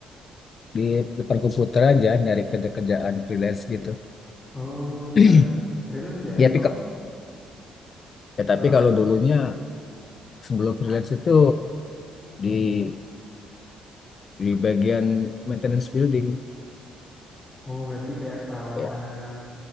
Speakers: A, on the left; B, on the left.
A: di depan komputer aja nyari kerja-kerjaan freelance gitu.
B: Oh,
A: <clears throat>
B: tapi freelance ya?
A: Ya, tapi,
B: Kamu
A: ka- ya, tapi
B: kalau
A: kalau dulunya sebelum freelance itu di di bagian maintenance building
B: oh berarti kayak perawatan
A: ya.